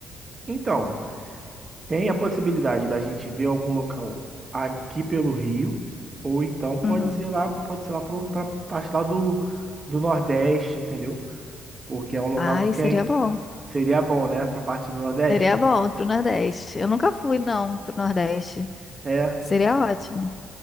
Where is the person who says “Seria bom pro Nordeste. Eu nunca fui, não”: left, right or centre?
Left